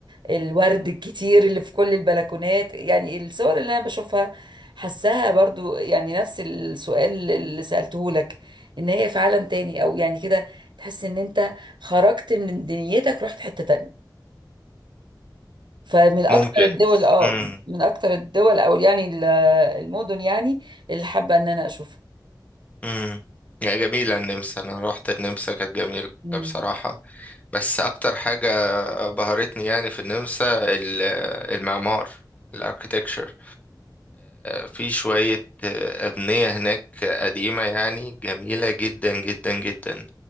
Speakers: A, on the right (about 85°); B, on the left (about 20°).
A: الورد الكتير اللي في كل البلكونات يعني الصور اللي انا بشوفها حسها برضو يعني نفس السؤال اللي سألته لك ان هي في عالم تاني او يعني كده تحس ان انت خرجت من دنيتك رحت حتة تانية فمن اكتر
B: ممكن
A: الدول اه
B: مم.
A: من اكتر الدول او يعني ال- المدن يعني اللي حابه ان انا اشوفها
B: مم. يا جميله النمسا انا رحت النمسا كانت جميله
A: مم.
B: بصراحه بس اكتر حاجة بهرتني يعني في النمسا ال- المعمار الاركيتكتشر في شوية آه، أبنية هناك قديمة يعني جميلة جدا جدا جدا